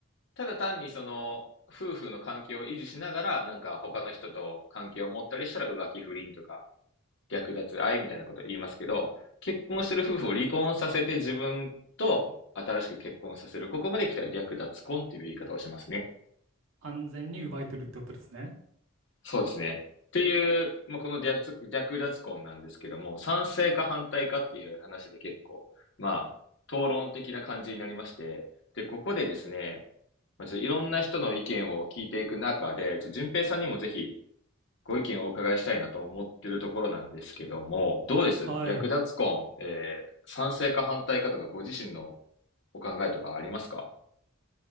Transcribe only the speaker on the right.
安全に奪い取るってことですね。
はい。